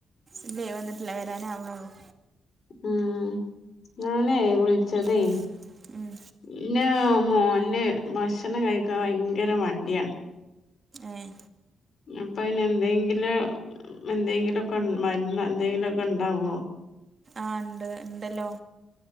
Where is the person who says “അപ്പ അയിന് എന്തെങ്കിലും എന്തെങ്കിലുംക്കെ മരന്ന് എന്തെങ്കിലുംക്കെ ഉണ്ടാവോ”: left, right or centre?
Left